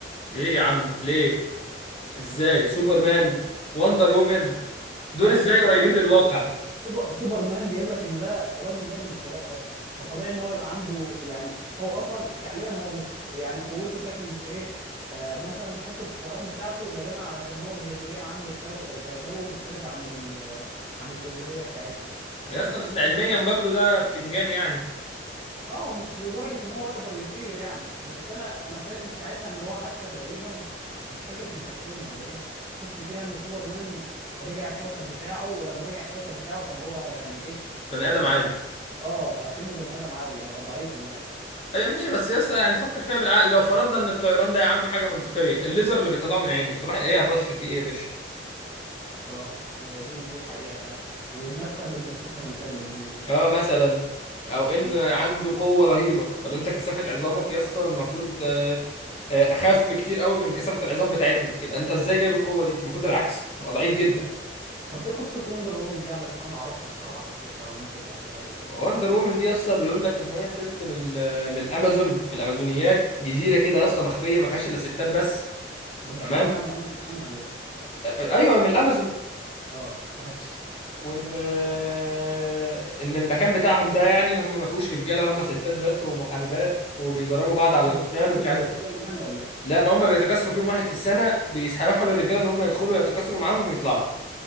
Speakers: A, on the left (about 35°); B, on the right (about 15°).
A: ليه يا عم ليه ازاي سوبرمان
B: يعني
A: وندر وومن دول
B: ماشي
A: ازاي
B: يا
A: قريبين
B: اسطى
A: للواقع
B: سوبر- سوبرمان جايب لك ان ده راجل جاي من الفضاء اصلا فطبيعي ان هو يبقى عنده يعني هو اصلا فعليا هو مش يعني قوته تكمن في ايه آه مثلا في حته الطيران بتاعته غالبا علشان هو الجاذبيه عنده في كوك- كوكبه مختلفه عن ال- عن الجاذبيه بتاعتنا
A: يا
B: انا فاكر
A: اسطى بس
B: ان انا
A: علميا
B: كنت شفت
A: برضو ده بتنجان يعني
B: اه هو مش لدرجة ان هو يقدر يطير يعني بس انا انا فاكر ساعتها ان هو حتى تقريبا مش فاكر كان كرتون ولا ايه شفت فيها ان سوبرمان رجع الكوكب بتاعه ولما رجع الكوكب بتاعه كان هو يعني ايه
A: بني ادم
B: اه
A: عادي
B: آه، اكنه بني ادم عادي بقى ضعيف هناك
A: ايوه ماشي بس يا اسطى يعني فكر فيها بالعقل لو فرضنا ان الطيران ده يا عم حاجة منطقية الليزر اللي بيطلعه من عينه صباح ايه يا باشا في ايه يا باشا
B: اه هي دي دي حقيقة فعلا والنفخة اللي بينفخها بيتلج دي و...
A: اه مثلا او ان
B: م.
A: عنده قوه رهيبه طب انت كثافه عظامك يا اسطى المفروض آه، آه، اخف كتير قوي من كثافه العظام بتاعتنا يبقى انت ازاي جايب القوه دي انت المفروض العكس تبقى ضعيف جدا
B: آه. طب ايه قصة وندر وومن دي علشان انا ما اعرفش الصراحة قصتها لو ممكن تحكيها لي كده
A: وندر
B: باختصار
A: وومن دي يا اسطى بيقول لك ان هي ست من ال- من الامازون من الامازونيات جزيره كده يا اسطى مخفيه ما فيهاش الا ستات بس
B: ده مشتريينها
A: تمام
B: من امازون يعني ولا ايه
A: آه، ايوه من الامازون
B: اه ماشي
A: وان آه، ان المكان بتاعهم ده يعني هم ما فيهوش رجاله هم ستات بس ومحاربات وبيدربوا بعض
B: ايه
A: على
B: طب
A: القتال
B: بتتأثروا
A: ومش عارف
B: ذاتيا يعني ولا ايه؟
A: لا ما هم بيتكاثروا في يوم واحد في السنة بيسمحوا للرجالة ان هم يدخلوا يتكاثروا معاهم ويطلعوا